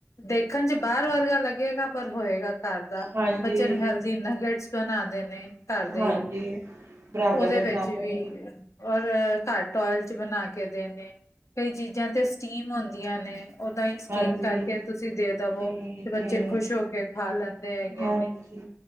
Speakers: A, on the left; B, on the right.
A: ਦੇਖਣ ਚ ਬਾਰ ਵਰਗਾ ਲੱਗੇਗਾ ਪਰ ਹੋਏਗਾ ਘਰ ਦਾ
B: ਹਾਂਜੀ
A: ਬੱਚੇ ਨੂੰ ਹੈਲਦੀ ਨਗਟਸ ਬਣਾ ਦੇਨੇ। ਕਰਦੇ
B: ਹਾਂਜੀ,
A: ਹੀ
B: ਬਰਾਬਰ
A: ਉਹਦੇ
B: ਏ
A: ਵਿੱਚ
B: ਬਰਾਬਰ
A: ਵੀ
B: ਏ,
A: ਔਰ ਘੱਟ ਓਇਲ ਚ ਬਣਾ ਕੇ ਦੇਣੇ ਕਈ ਚੀਜ਼ਾਂ ਤੇ ਸਟੀਮ ਹੁੰਦੀਆ ਨੇ। ਓਦਾਂ ਹੀ ਸਟੀਮ
B: ਹਾਂਜੀ।
A: ਕਰਕੇ ਤੁਸੀਂ ਦੇ ਦੇਵੋ
B: ਨਹੀਂ
A: ਤੇ ਬੱਚੇ
B: ਨਹੀਂ,
A: ਖੁਸ਼ ਹੋ ਕੇ ਖਾ ਲੈਂਦੇ ਹੈਗੇ
B: ਹਾਂਜੀ।
A: ਨੇ।